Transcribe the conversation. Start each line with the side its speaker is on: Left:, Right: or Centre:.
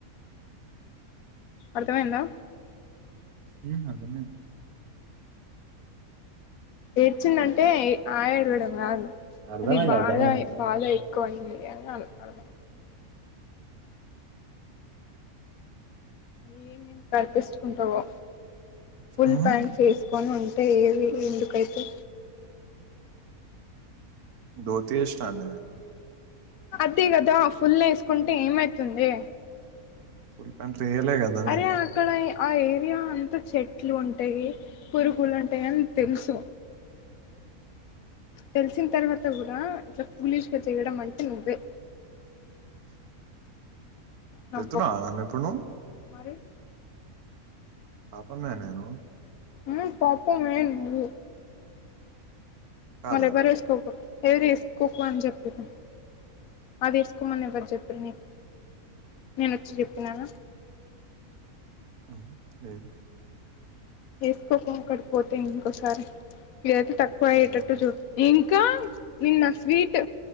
Left: అర్థం ఎందా
Right: ఇ అగమ
Left: ఏడ్చింది అంటే ఆయడం కాదు
Right: అర్థమైంది
Left: అది బాగా
Right: అర్థమైంది
Left: బాగా ఎక్కువ అయింది ఎను అడు ఏ మేము కనిపించుకుంటావో ఫుల్
Right: ఉమ్
Left: ప్యాంట్ వసుకొని ఉంటు అంటే ఏది ఎందుకైతే
Right: ద తీర్ష్టఠాన
Left: అదే కదా ఫుల్ వేసుకుంటే ఏమైతుంది
Right: ఫుల్ ప్యాంట్లు ఎయలే కదా
Left: అరే అక్కడ ఆ ఏరియా అంతా చెట్లు ఉంటయి పురుగులు ఉంటయి అని తెలుసు
Right: <inaudible>
Left: తెలిసిన్ తర్వాత కూడా ఇట్ల పూలిష్గా చేయడం అంటే నువ్వే నా
Right: తిడుతున్నావా
Left: బొక్క
Right: నన్ను ఇప్పుడు నువ్వు
Left: మరి
Right: పాపమే నేను
Left: ఉ పాపమే నువ్వు
Right: కాదా
Left: నా దగ్గర ఎస్కోకు ఎవరు ఎసుకోకు అని చెప్పిరు అదేసుకోమని ఎవరు చెప్పిరు నీకు నేనొచ్చి చెప్పినాన
Right: అ లేదు
Left: ఏసుకోకు అక్కడికి పోతే ఇంకోసారి ఇదైతే తక్కువ అయ్యేటట్టు
Right: ఉమ్,
Left: చూడు కా నిన్న స్వీట్